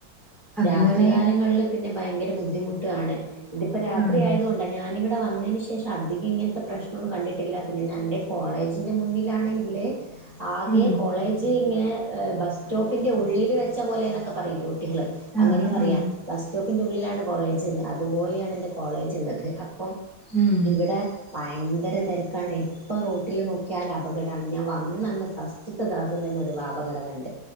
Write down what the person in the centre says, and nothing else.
അങ്ങനെ
ആണ്
ഉം
ആഹ്
ആഹ്
ഉം